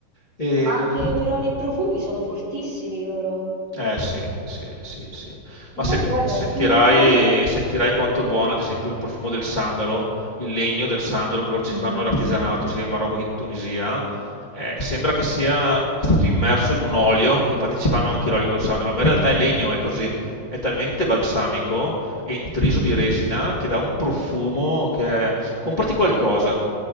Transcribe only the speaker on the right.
Ma anche per oli e profumi sono fortissimi loro.
Infatti,
guarda,
dimmelo.
Mhm.